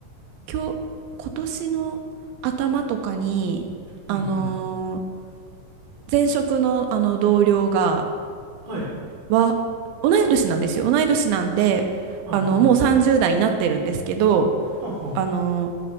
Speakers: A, on the right; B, on the right.
A: 今日、今年の頭とかに、
B: うん、
A: あのー
B: うん。
A: 前職の、あの同僚が、
B: はい、
A: は、同い年なんですよ。同い年なんで、
B: はい、
A: あの、
B: はい。
A: もう30代になってるんですけど、
B: はあ、はあ。
A: あの、